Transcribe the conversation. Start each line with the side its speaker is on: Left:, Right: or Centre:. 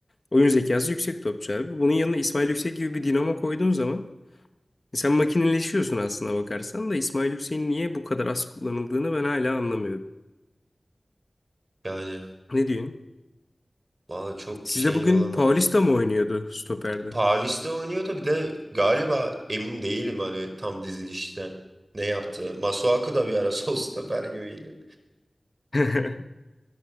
Left: oyun zekası yüksek topçu abi. Bunun yanına İsmail Yüksek gibi bir dinamo koyduğun zaman e, sen makineleşiyorsun aslına bakarsan da İsmail Yüksek'in niye bu kadar az kullanıldığını ben hala anlamıyorum.
Right: Yani
Left: Ne diyorsun?
Right: valla çok
Left: Sizde
Right: şey
Left: bugün
Right: olamadım.
Left: Paulista mı oynuyordu stoperde?
Right: Paulista oynuyordu bir de galiba emin değilim hani tam dizilişten ne yaptı. Masuaku da bir ara <laughs> sol stoper gibiydi.
Left: <laughs>